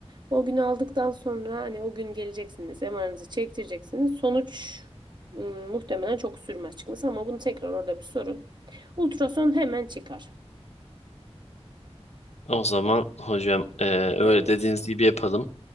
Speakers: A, on the right (about 45°); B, on the left (about 80°).
A: O günü aldıktan sonra hani o gün geleceksiniz, MR'ınızı çektireceksiniz. Sonuç ım, muhtemelen çok sürmez çıkması ama bunu tekrar orada bir sorun. Ultrason hemen çıkar.
B: O zaman hocam e, öyle
A: Evet.
B: dediğiniz gibi yapalım.